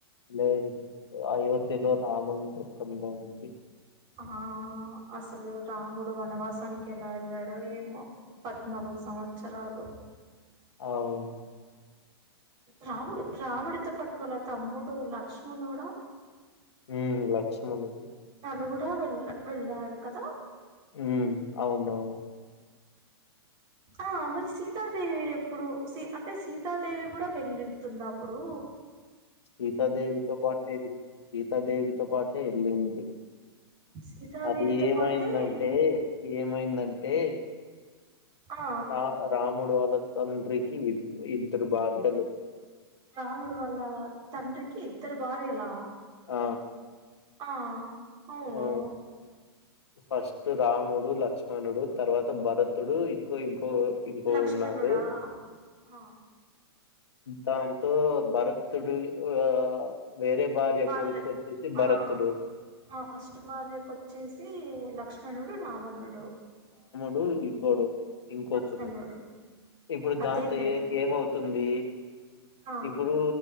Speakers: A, on the left; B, on the right.
A: లేదు గ అయోధ్యలో రాముని దుఃఖంగా ఉంచి.
B: ఆ అసలు రాముడు వనవాసానికి ఎలా వెళ్ళడో ఏమో. పద్నాలుగు సంవత్సరాలు.
A: అవు.
B: రాముడు రాముడితో పట్టు వాల తమ్ముడు లక్ష్మణుడ.
A: ఉ లక్ష్మమనుడు.
B: తను కూడా వెళ్ళ, వెళ్ళాడు కదా.
A: ఉ అవునవును.
B: ఆ మరి సీతాదేవి ఎప్పుడు, సీ అంటే, సీతాదేవి కూడా వెళ్లితుంద అప్పుడూ.
A: సీతాదేవితో పాటే ఎ సీతాదేవితో పాటే ఎళ్ళింది.
B: సీతాదేవితో
A: అది ఏమైందంటే,
B: పాటే వెళ్ళిం-
A: ఏమైందంటే.
B: ఆ
A: రా రాముడు వాళ్ళ. తండ్రికి ఇద్దరు భార్యలు.
B: రాముడు వాళ్ళ, తండ్రికి ఇద్దరు భార్యలా.
A: ఆ
B: ఆ. అవునూ.
A: ఆ, ఫస్ట్ రాముడు లక్ష్మణుడు, తర్వాత భరతుడూ, ఇక్కొ ఇంకో. ఇంకోరు
B: లక్ష్మణుడా
A: ఉన్నారు
B: ఆ.
A: దాంతో భరతుడు ఆ. వేరే భార్య
B: పర్లే
A: కొడుకు వచ్చేసి
B: ఆ
A: భరతుడు
B: మ ఫస్ట్ భార్య కొచ్చేసి. లక్ష్మణుడు రామణుడు.
A: ప్పు ఇప్పుడు. ఇంకొకరు,
B: లక్ష్మణుడు
A: ఇప్పుడు
B: అదేలే
A: దాంతో ఏ ఏమవుతు. తుంది.
B: ఆ
A: ఇప్పుడూ.